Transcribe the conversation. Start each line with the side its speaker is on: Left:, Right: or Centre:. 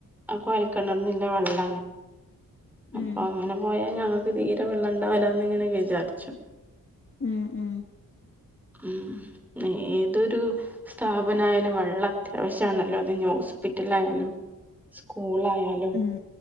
Centre: ആഹ് കൊഴകിണറിന്നുള്ള വെള്ളാണ് അപ്പൊ
Left: ഉം
Centre: അങ്ങനെ പോയാ ഞങ്ങക്ക് തീരെ വെള്ളം ഇണ്ടാവില്ലാന്ന് ഇങ്ങനെ വിചാരിച്ചു.
Left: ഉം ഉം
Centre: ഉം ഏതൊരു. സ്ഥാപനമായാലും വെള്ളം അത്യാവശ്യമാണല്ലോ അത് ഹോസ്പിറ്റൽ ആയാലും സ്കൂൾ ആയാലും.
Left: ഉം